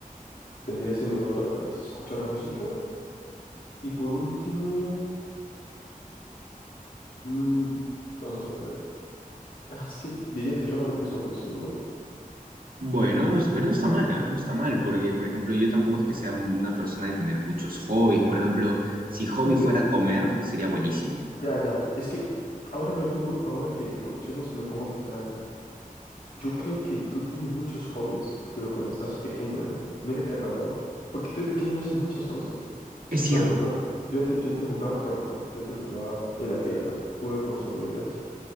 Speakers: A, on the left; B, on the right.
A: vendría siendo el otro, tal vez escuchar música, y por último, mm, vamos a ver, ah, es que diría que solamente son esos, ¿no?
B: Bueno, no es- pero no está mal, ¿ah? No está mal, porque, por ejemplo, yo tampoco es que sea una persona de tener muchos hobbies. Por ejemplo, si hobby
A: Yo es
B: fuera
A: que,
B: comer, sería buenísimo.
A: ya, ya, es que ahora me pongo, ahora que lo mencionas, me pongo a pensar, yo creo que tú tienes muchos hobbies, pero cuando estás pequeño, ¿eh? Mira qué raro, porque tú de pequeño haces muchas cosas.
B: Es cierto.
A: Por ejemplo, yo, yo, antes, yo antes jugaba, por ejemplo, yo antes jugaba en la tierra, jugaba con las hormigas,